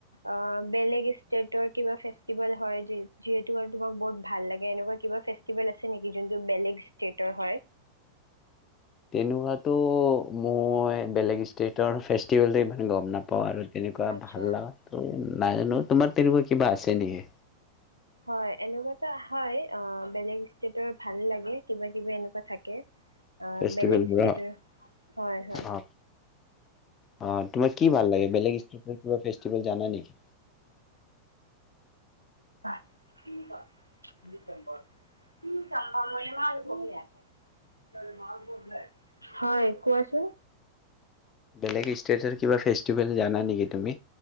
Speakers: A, on the right; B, on the left.
A: আ বেলেগ ষ্টেটৰ কিবা ফেষ্টিভেল ফেচটিভেল যিহেতু আৰু তোমাৰ বহুত ভাল লাগে এনেকুৱা কিবা ফেচটিভেল আছে নেকি যোনটো বেলেগ ইচটেতৰ হয়
B: তেনেকুৱাতো মই বেলেগ ষ্টেটৰ ফেচ তেতিয়'লে ইমান গম নাপাওঁ আৰু তেনেকুৱা
A: আচ্ছা
B: ভাল লগাটো নাজানো তোমাৰ তেনেকুৱা কিবা আছে নেকি
A: হয় এনেকুৱাতো হয় অ বেলেগ ষ্টেটৰ ভাল লাগে কিবা কিবি এনেকুৱা থাকে আহ
B: ফেষ্টিভেলবোৰৰ
A: বেলেগ ষ্টেটৰ হয় হয়
B: অ অ তোমাৰ কি ভাল লাগে বেলেগ ষ্টেটৰ কিবা ফেষ্টিভেল জানা নেকি?
A: <inaudible> <unintelligible> হয় কোৱাচোন
B: বেলেগ ষ্টেটৰ কিবা ফেষ্টিভেল জানা নেকি তুমি?